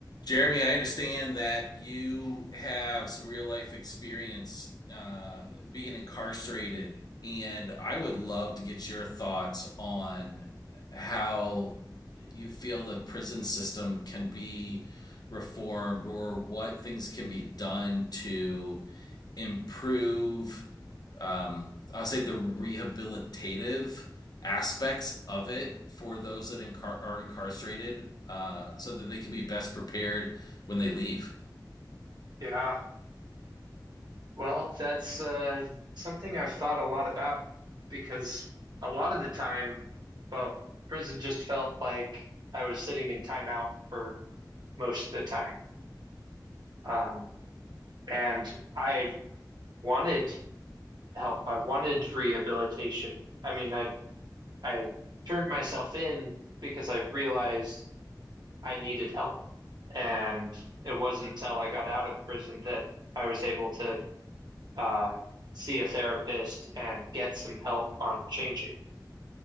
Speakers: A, on the left; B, on the right.
A: Jeremy, I understand that you have some real life experience uh, being incarcerated, and I would love to get your thoughts on how you feel the prison system can be reformed or what things can be done to improve, um, I'll say, the rehabilitative aspects of it for those that incar- are incarcerated uh, so that they can be best prepared when they leave.
B: Yeah. Well, that's uh, something I've thought a lot about because a lot of the time, well, prison just felt like I was sitting in timeout for most of the time. Um, and I wanted help. I wanted rehabilitation. I mean, I I turned myself in because I realized I needed help. And it wasn't until I got out of prison that I was able to uh, see a therapist and get some help on changing.